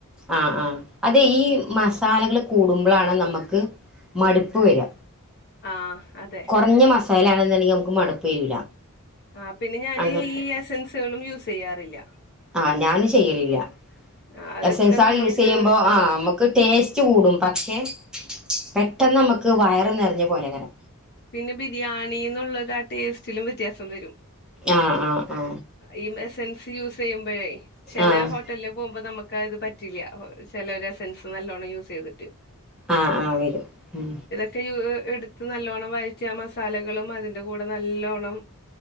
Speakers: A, in the centre; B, on the left.
A: ആഹ് ആഹ് അതെ ഈ
B: ആഹ്
A: മസാലകള്
B: അപ്പ
A: കൂടുമ്പോഴാണ് നമുക്ക് മടുപ്പ് വരിക
B: ആഹ് അതെ
A: കുറഞ്ഞ മസാല ആണെന്നുണ്ടെങ്കിൽ നമുക്ക് മടുപ്പ് വരൂല
B: ആഹ് പിന്നെ ഞാന്
A: അങ്ങനത്തെ
B: ഈ എസെൻസുകളും യൂസ് ചെയ്യാറില്ല
A: ആഹ് ഞാന് ചെയ്യലില്ല
B: ആഹ് അതൊക്കെ
A: എസ് എൻസ് ആൾ
B: നമ്മൾക്ക്
A: യൂസയ്യുമ്പോ ആഹ് നമുക്ക് നമക്ക് ടേസ്റ്റ് കൂടും പക്ഷെ പെട്ടെന്ന് നമുക്ക് വയറ് നിറഞ്ഞ പോലെ അങ്ങനെ
B: പിന്നെ ബിരിയാണി എന്നുള്ളരു ആഹ് ടേസ്റ്റിലും വ്യത്യാസം വരും
A: ആഹ് ആഹ് ആഹ്
B: ഈ എസൻസ് യൂസയ്യുമ്പോഴേ ചെലേ
A: ആഹ്
B: ഹോ ട്ടല്ല പോകുമ്പോ നമുക്ക്ത് പറ്റില്ല ചിലര്സൻസ് നല്ലോണ്ണം യൂസ് ചെയ്തിട്ട്
A: ആഹ് ആഹ് വരും ഉം
B: ഒക്കെ എടുത്ത് നല്ലോണ്ണം വഴറ്റി ആ മസാലകളും അതിന്റെ കൂടെ നല്ലോണ്ണം